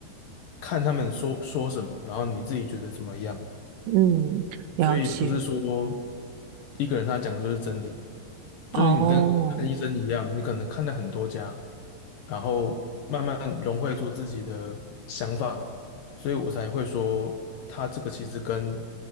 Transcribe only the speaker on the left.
看他们说说什么，然后你自己觉得怎么样。
所以不是说一个人他讲的就是真理，
就是你跟看医生一样，你可能看了很多家，然后慢慢融汇出自己的想法，所以我才会说，他这个其实跟